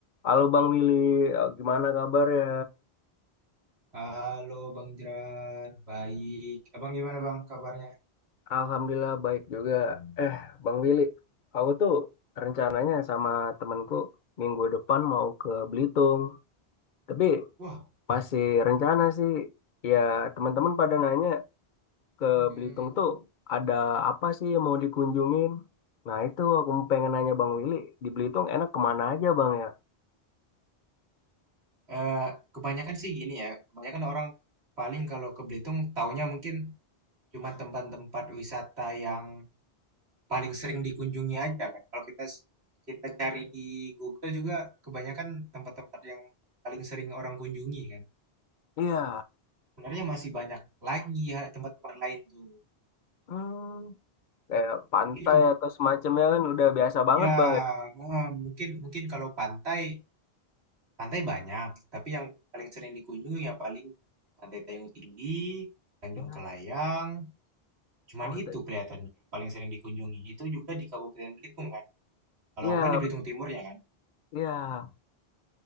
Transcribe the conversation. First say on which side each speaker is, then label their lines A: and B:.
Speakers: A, on the left (about 50°); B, on the right (about 80°).
A: Halo Bang Willy, Eh, gimana kabarnya?
B: Halo Bang Jeran, baik. Abang gimana Bang kabarnya?
A: Alhamdulillah baik juga. Eh, Bang Willy, aku tuh rencananya sama temenku minggu depan mau ke Belitung. Tapi
B: Wah,
A: masih rencana sih. Ya, teman-teman pada nanya ke
B: hmm,
A: Belitung tuh ada apa sih yang mau dikunjungin? Nah, itu aku pengen nanya Bang Willy, di Belitung enak kemana aja Bang ya?
B: eh, kebanyakan sih gini ya. Kebanyakan orang paling kalau ke Belitung taunya mungkin cuma tempat-tempat wisata yang paling sering dikunjungi aja kan. Kalau kita kita cari di Google juga kebanyakan tempat-tempat yang paling sering orang kunjungi kan.
A: Iya,
B: Sebenarnya masih banyak lagi ya tempat-tempat lain tuh.
A: hmm, kayak pantai
B: Mungkin ke-
A: atau semacamnya kan udah biasa banget
B: ya,
A: Bang ya.
B: ah, mungkin mungkin kalau pantai. Pantai banyak, tapi yang paling sering dikunjungi ya paling Pantai Payung Tinggi, Tanjung
A: Iya.
B: Kelayang, cuman
A: Oh,
B: itu
A: t-
B: kelihatannya yang paling sering dikunjungi. Itu juga di Kabupaten Belitung kan. Kalau
A: Iya,
B: aku kan di Belitung Timur ya kan.
A: iya.